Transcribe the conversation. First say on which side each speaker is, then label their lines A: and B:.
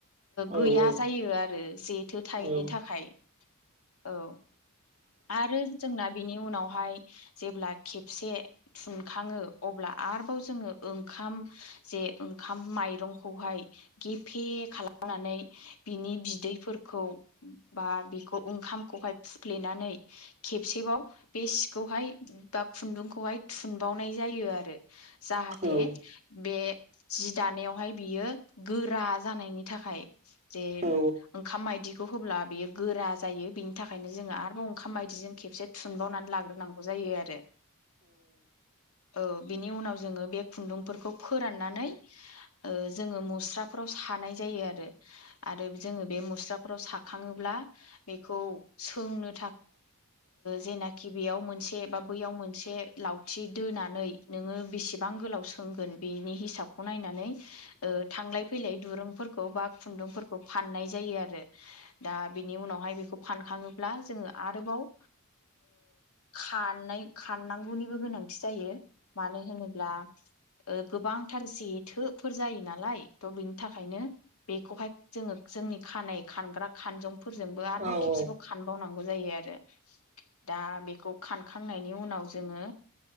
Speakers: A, on the right; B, on the left.
A: औ
B: गैया जायो आरो जेथो थायैनि
A: औ
B: थाखाय औ आरो जोंना बेनि उनावहाय जेब्ला खेबसे थुनखाङो अब्ला आरोबाव जोङो ओंखाम जे ओंखाम माइरंखौहाय गेफे खालामनानै बिनि बिदैफोरखौ बा बिखौ ओंखामखौहाय फुफ्लेनानै खेबसेबाव बे सिखौहाय बा खुन्दुंखौहाय थुनबावनाय जायो आरो जाहाथे
A: औ
B: बे जि दान बेयो गोरा जानायनि थाखाय जे
A: औ
B: ओंखाम माइदिखौ होब्ला बेयो गोरा जायो बेनि थाखायनो जोङो आरोबाव ओंखाम बायदिजों खेबसे थुनबावनानै लाग्रोनांगौ जायो आरो औ बिनि उनाव जोङो बे खुन्दुंफोरखौ फोराननानै जोङो मुस्राफोराव सानाय जायो आरो आरो जोङो बे मुस्राफोराव साखाङोब्ला बेखौ सोंनो जेनाखि बेयाव मोनसे बा बैयाव मोनसे लाउथि दोननानै नोङो बेसेबां गोलाव सोंगोन बेनि हिसाबखौ नायनानै थांलाय फैलाय दुरुं फोरखौ बा खुन्दुंफोरखौ फाननाय जायो आरो दा बेनि उनावहाय बेखौ फानखाङोब्ला जोङो आरो बाव खारनाय खारनांगौनिबो गोनांथि जायो मानो होनोब्ला गोबांथार जेथोफोर जायो नालाय थ' बिनि थाखायनो बेखौहाय जोङो जोंनि खानाय खानग्रा खानजंफोरजोंबो आरोबाव
A: औ
B: खेबसेबाव खानबावनांगौ आरो दा बेखौ खानखांनायनि उनाव जोङो